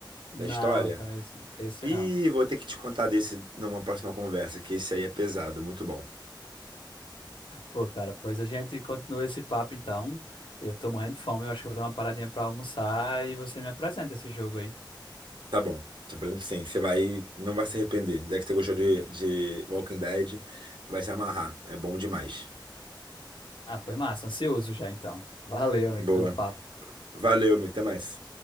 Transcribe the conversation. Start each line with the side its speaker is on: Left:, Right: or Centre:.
Left: Não,
Right: da história?
Left: então esse, esse
Right: E
Left: não.
Right: vou ter que te contar desse numa próxima conversa, que esse aí é pesado, muito bom.
Left: Pô, cara, pois a gente continua esse papo então. Eu tô morrendo de fome. Eu acho que eu vou dar uma paradinha pra almoçar e você me apresenta esse jogo aí.
Right: Tá bom. Te prometo sim, você vai, não vai se arrepender. Já que você gostou de, de Walking Dead, você vai se amarrar. É bom demais.
Left: Ah, foi massa, ansioso já então. Valeu, amigo,
Right: Boa.
Left: pelo papo.
Right: Valeu, amigo. Até mais.